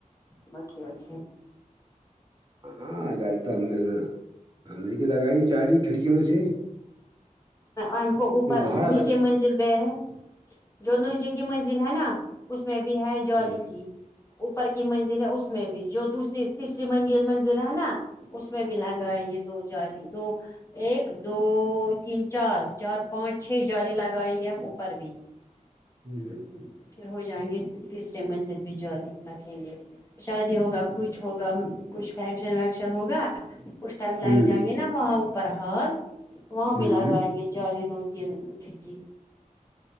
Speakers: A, on the left (about 20°); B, on the right (about 30°).
A: مکھی وک
B: ہاں جالی تو ہم نا ہم نے بھی لگائی جالی کھڑکیوں سے
A: ا کو اوپر
B: میں باہر اگر
A: نیچے منزل پہ ہے جو نیچے کی منزل ہے نا اس میں بھی ہیں جوال
B: ہوں
A: کی اوپر کی منزل ہے اس میں بھی جو دوسری تیسری من منزل ہے نا اس میں بھی لہنگائے یہ دو جالی دو ایک دو تین چار چار پانچ چھ جالی لگائیں گے ہم اوپر بھی
B: ہوں
A: ہ پھر ہو جائیں گے تیسرے منزل بھی جالگ رکھیں گے شادی ہوگا کچھ ہوگا کچھ فنکشن ونکشن ہوگا اس ٹائم
B: ہوں
A: لائگ جائیں گے نا وہاں اوپر حال وہاں
B: ہوں
A: بھی لگ آئیں گے جالی دو تین کھڑکی